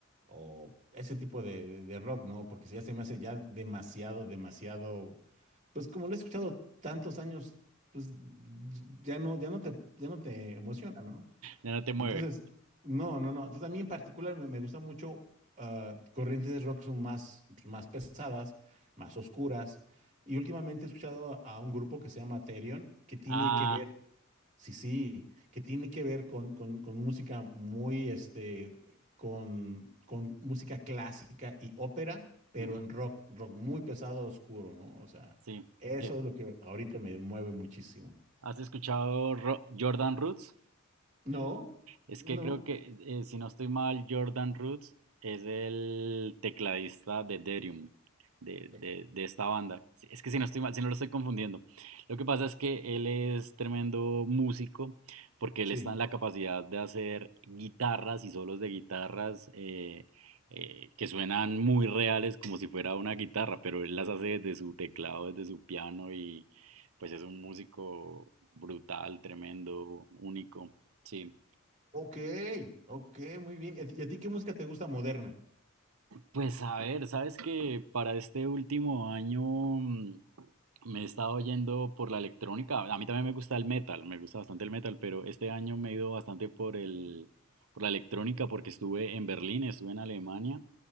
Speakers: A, on the right; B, on the right.
A: o ese tipo de, de- de rock, ¿no? Porque si ya se me hace ya demasiado, demasiado, pues como lo he escuchado tantos años, pues ya no, ya no te, ya no te emociona, ¿no?
B: Ya no te mueve.
A: Entonces, no, no, no. Entonces, a mí en particular me, me gusta mucho ah, corrientes de rock que son más, pues, más pesadas, más oscuras. Y últimamente he escuchado a un grupo que se llama Therion, que tiene
B: Ah,
A: que ver, sí, sí, que tiene que ver con, con- con música muy, este, con, con música clásica y ópera, pero
B: ujú,
A: en rock, rock muy pesado, oscuro, ¿no? O sea,
B: sí,
A: eso
B: sí.
A: es lo que ahorita me mueve muchísimo.
B: ¿Has escuchado Ro- Jordan Roots?
A: No,
B: Es
A: no,
B: que creo que, eh, si no estoy mal, Jordan Roots es el tecladista de Derium, de,
A: eh,
B: de- de esta banda. Si- Es que si no estoy mal, si no lo estoy confundiendo. Lo que pasa es que él es tremendo músico, porque
A: sí.
B: él está en la capacidad de hacer guitarras y solos de guitarras eh, eh, que suenan muy reales, como si fuera una guitarra, pero él las hace desde su teclado, desde su piano, y pues es un músico brutal, tremendo, único. Sí.
A: Ok, ok, muy bien. ¿Y a ti y a ti qué música te gusta moderna?
B: Pues a ver, sabes que para este último año mm, me he estado yendo por la electrónica. A mí también me gusta el metal, me gusta bastante el metal, pero este año me he ido bastante por el, por la electrónica porque estuve en Berlín, estuve en Alemania